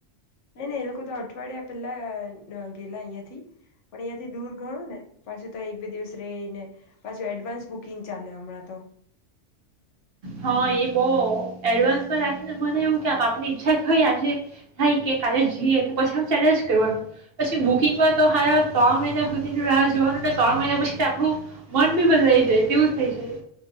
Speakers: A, on the left (about 75°); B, on the right (about 55°).
A: નહી નહી એ લોકો તો અઠવાડિયા પહેલા ગયેલા અહિયાં થી પણ અહિયાયા થી દૂર ઘણું ને પાછું તો એક બે દિવસ રહી ને પાછું એડવાન્સ. બુકિંગ ચાલે હમણાં તો.
B: હા એ બહુ એડવાન્સમાં રાખીને મને એવું કેમ આપની ઈચ્છા થઈ આજે થાય કે કાલે જઈએ તો પછી આ ચાલેજ કરવાનું પછી બુકિંગમાં તો હાળા ત્રણ મહિના સુધી રાહ જોવાનું ત્રણ મહિના પછી આપણું મન બી બદલાઈ જાય તેવું થઈ જાય.